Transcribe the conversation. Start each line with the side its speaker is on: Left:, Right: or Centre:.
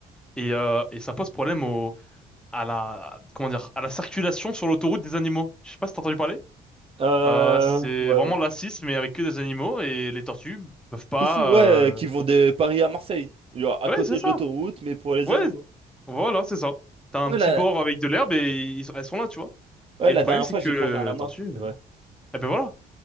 Centre: et, euh, et ça pose problème au, à la, comment dire, à la circulation sur l'autoroute des animaux. Je sais pas si t'as entendu parler.
Right: Euh,
Centre: Euh, c'est
Right: ouais,
Centre: vraiment
Right: ouais.
Centre: la 6, mais avec que des animaux et les tortues peuvent pas.
Right: Si, si, ouais,
Centre: euh,
Right: euh, qui vont de Paris à Marseille, genre à
Centre: Ouais,
Right: côté
Centre: c'est ça.
Right: de l'autoroute, mais pour les
Centre: Ouais,
Right: animaux.
Centre: voilà, c'est ça. T'as un
Right: Ouais,
Centre: petit
Right: la,
Centre: bord avec de l'herbe et ils- elles sont là, tu vois.
Right: ouais,
Centre: Et
Right: la
Centre: le problème,
Right: dernière
Centre: c'est
Right: fois,
Centre: que
Right: j'ai
Centre: euh,
Right: croisé un lama,
Centre: tortue, euh,
Right: c'est vrai.
Centre: eh ben voilà.